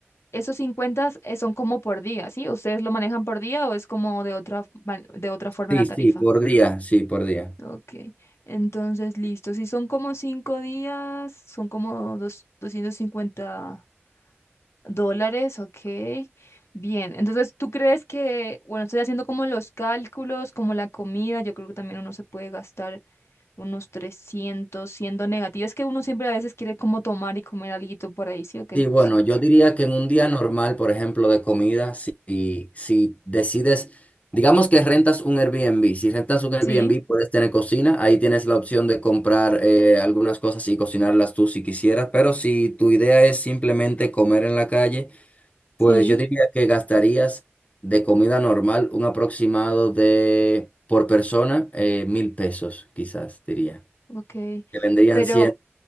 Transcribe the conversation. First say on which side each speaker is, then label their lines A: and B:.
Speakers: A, on the left; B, on the left.
A: Esos 50 eh, son como por día, ¿sí? ¿Ustedes lo manejan por día o es como de otra, man- de otra forma
B: Sí,
A: la tarifa?
B: sí, por día, sí, por día.
A: Ok, entonces listo. Si son como cinco días, son como dos, doscientos cincuenta dólares, ok. Bien, entonces tú crees que, bueno, estoy haciendo como los cálculos, como la comida, yo creo que también uno se puede gastar unos 300 siendo negativo. Es que uno siempre a veces quiere como tomar y comer alguito por ahí, ¿sí o qué?
B: Sí, bueno, yo diría que en un día normal, por ejemplo, de comida, si, si si decides, digamos que rentas un Airbnb, si rentas un Airbnb
A: Sí,
B: puedes tener cocina, ahí tienes la opción de comprar eh, algunas cosas y cocinarlas tú si quisieras, pero si tu idea es simplemente comer en la calle,
A: sí,
B: pues yo diría que gastarías de comida normal un aproximado de, por persona, eh, mil pesos, quizás diría,
A: ok.
B: que vendrían,
A: Pero,
B: cien-